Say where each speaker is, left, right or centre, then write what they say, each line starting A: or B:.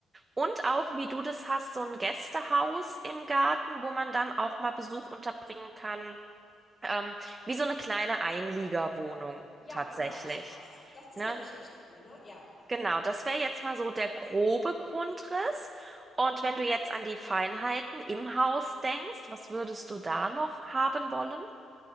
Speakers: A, on the right; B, on the left.
A: und auch, wie du das hast, so ein Gästehaus im Garten, wo man dann auch mal Besuch unterbringen kann. Ähm, wie so eine kleine Einliegerwohnung
B: Ja,
A: tatsächlich.
B: genau, sowas Das ist
A: Ne?
B: nämlich echt cool, ne? Ja.
A: Genau, das wäre jetzt mal so der grobe Grundriss. Und
B: Mhm.
A: wenn du jetzt an die Feinheiten im Haus denkst, was würdest du da noch haben wollen?